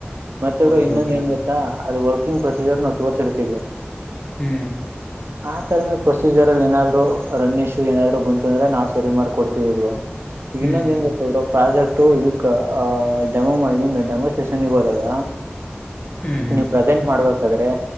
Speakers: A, on the right; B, on the left.
A: ಮತ್ತೆ ಬ್ರೋ
B: ಓಕೆ
A: ಇನ್ನೊಂದ
B: ಓಕೆ
A: ಏನ್ ಗೊತ್ತಾ ಅದು ವರ್ಕಿಂಗ್ ಪ್ರೊಸೀಜರ್ ನಾವು ತೋರ್ಸಿರ್ತೀವಿ
B: ಹೂ
A: ಆ ತರನೇ ಪ್ರೊಸೀಜರ್ ಅಲ್ಲಿ ಏನಾದ್ರು ರನ್ ಇಶ್ಯೂ ಏನಾದ್ರು ಬಂತ ಅಂದ್ರೆ ನಾವು ಸರಿಮಾಡಿ ಕೊಡ್ತೀವಿ ಬ್ರೋ ಈಗ
B: ಹ್ಮ್
A: ಇನ್ನೊಂದ
B: ಹ್ಮ್
A: ಏನ್ ಗೊತ್ತಾಬ್ರೋ ಪ್ರಾಜೆಕ್ಟ್ ಇದಕ್ ಅಹ್ ಡೆಮೋ ಇದ ಡೆಮೋ ಸ್ಟ್ರೇಷನ್ಗ ಹೋದಾಗ
B: ಹ್ಮ್ ಹ್ಮ್
A: ನೀವು ಪ್ರೆಸೆಂಟ್ ಮಾಡ್ಬೇಕಾದ್ರೆ